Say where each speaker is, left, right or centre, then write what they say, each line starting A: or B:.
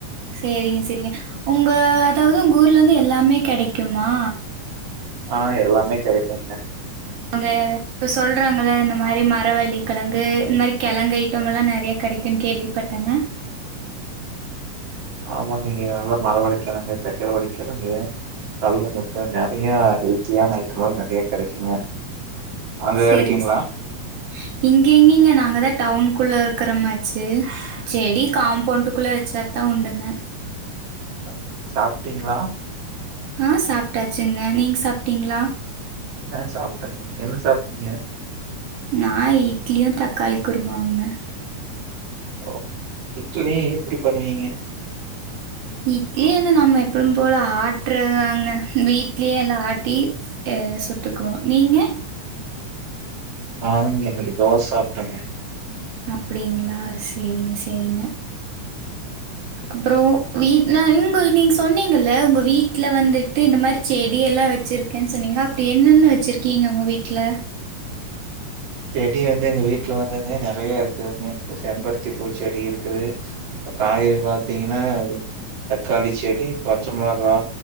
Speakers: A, on the right (about 70°); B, on the right (about 85°).
A: சேரிங்க சேரிங்க உங்க அதாவது உங்க ஊர்ல இருந்து எல்லாமே கெடைக்குமா
B: ஆஹ் எல்லாமே கெடைக் குங்க
A: அவங்க இப்ப சொல்றாங்கள இந்த மாரி மரவள்ளி கெழங்கு இந்த மாரி கெழங் ஐட்டம் எல்லா நெறையா கெடைக்குன்னு கேள்விப்பட்டேங்க
B: ஆமாங்க இங்க நல்லா மரவள்ளிகெழங்கு சக்கர வள்ளிகெழங்கு கல்ல மூட்ட நெறையா ஹெல்த்தியான ஐட்டெம்லா நெறையா கெடைக்குங்க அங்க
A: செரிங்
B: கெடைக்குங்களா?
A: சார் இங்க எங்கெய்ங்க நாங்கதா டவுன் குள்ள இருக் இருக்குற மாச்சு செடி காம்பௌண்டுக்குள்ள வச்சா தா உண்டுங்க
B: ஆமாங்க சாப்ட்டீங்ளா
A: ஆஹ் சாப்ட்டாச்சுங்க நீங்க சாப்ட்டீங்ளா
B: சாப்ட்டாச்சுங்க என்ன சாப்ட்டீங்க
A: நா இட்லியு தக்காளி குருமாவுங்க
B: ஓ இட்லி வகையே எப்டி பண்ணுவீங்க
A: இட்லி என்ன நம்ப எப்பவு போல ஆட்றதுதானே வீட்லயே எல்லா ஆட்டி சுட்டுக்குவோ நீங்க
B: ஆமாங்க இன்னிக்கு தோஸ் சாப்ட்டேங்க
A: அப்டிங்களா சேரிங்க சேரிங்க அப்றோ வீட்லா உங்கள் நீங்க சொன்னீங்கல்ல உங்க வீட்ல வந்துட்டு இந்த மாரி செடி எல்லா வச்சிருக்கேன்னு சொன்னீங்கள அப்டி என்னென்ன வச்ருக்கீங்க உங்க வீட்ல
B: செடி வந்து எங்க வீட் ல வந்துங்க நெறையா இருக் <unintelligible> பூ செம்பருத்தி பூ செடி இருக்குது இப்ப காய்கறி பாத்தீங்ன்னா தக்காளி செடி பச்ச மொளகா